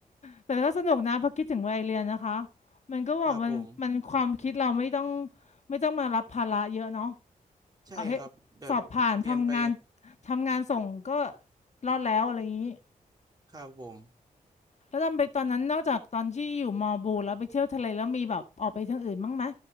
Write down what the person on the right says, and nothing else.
ครับผม
ใช่ครับแบบเรียนไป
ครับผม